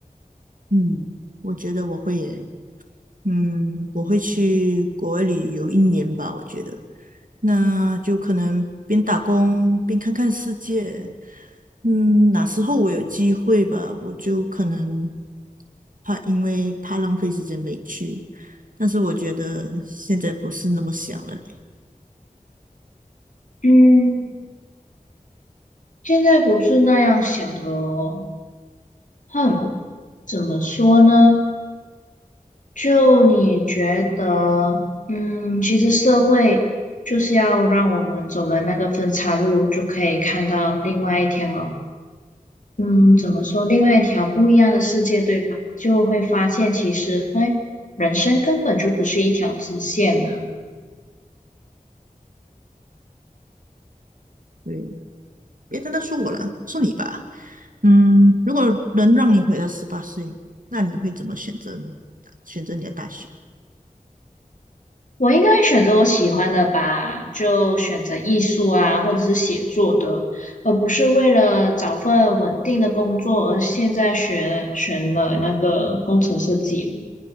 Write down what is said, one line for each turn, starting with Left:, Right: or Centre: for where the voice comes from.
Right: 嗯，我觉得我会耶嗯，我会去国外旅游一年吧，我觉得，那就可能边打工边看看世界。嗯，哪时候我有机会吧，我就可能怕，因为怕浪费时间没去。但是我觉得现在不是那么想了嘞
Left: 嗯，现在不是那样想了哦。哼，怎么说呢？就你觉得，嗯，其实社会就是要让我们走了那个分岔路，就可以看到另外一条，嗯，怎么说，另外一条不一样的世界，对吧？就会发现其实，嘿，人生根本就不是一条直线啊。
Right: 对，别单单说我了，说你吧。嗯，如果能让你回到十八岁，那你会怎么选择呢？选择你的大学？
Left: 我应该选择我喜欢的吧，就选择艺术啊，或者是写作的，而不是为了找份稳定的工作而现在学选了那个工程设计。